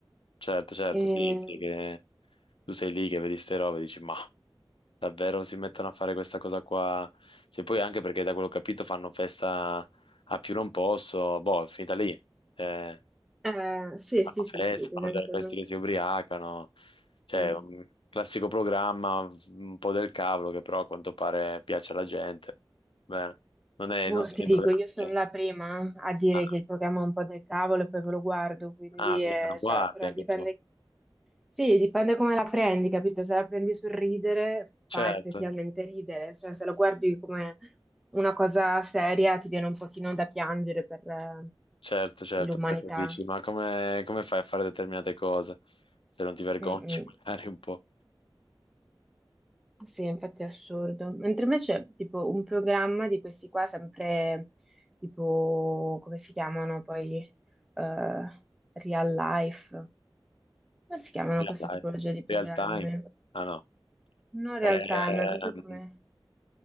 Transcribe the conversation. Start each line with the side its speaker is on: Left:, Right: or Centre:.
Left: certo, certo,
Centre: E-
Left: sì, sì, che tu sei lì che vedi ste robe e dici, ma. Davvero si mettono a fare questa cosa qua. Sì, poi anche perché da quello che ho capito fanno festa a più non posso. Boh, è finita lì. Eh,
Centre: eh, sì,
Left: fanno
Centre: sì, sì,
Left: festa,
Centre: sì, tendenzialmente.
Left: fanno vedere questi che si ubriacano. Cioè,
Centre: Mm.
Left: un classico programma, un po' del cavolo, che però a quanto pare piace alla gente. Bene. Non è-
Centre: Boh,
Left: non sono
Centre: ti
Left: i
Centre: dico,
Left: programmi
Centre: io sono
Left: che...
Centre: la prima a dire
Left: Ah,
Centre: che il programma è un po' del cavolo e poi ve lo guardo, quindi,
Left: ah, quindi
Centre: eh,
Left: lo guardi
Centre: cioè, però
Left: anche
Centre: dipende,
Left: tu.
Centre: sì, dipende come la prendi, capito? Se la prendi sul ridere,
Left: Certo,
Centre: fa effettivamente ridere, cioè se lo guardi come una cosa seria ti viene un pochino da piangere per eh,
Left: certo, certo,
Centre: l'umanità.
Left: perché dici, ma come, come fai a fare determinate cose? Se non ti vergogni
Centre: Mm-mm.
Left: <laughs> magari un po'.
Centre: Sì, infatti è assurdo. Mentre invece, tipo, un programma di questi qua, sempre, tipo, come si chiamano poi, eh, Real Life? Come si chiamano
Left: Real
Centre: questa tipologia
Left: life.
Centre: di programmi?
Left: Real time. Ah no.
Centre: Non real
Left: Ehm,
Centre: time, è proprio come...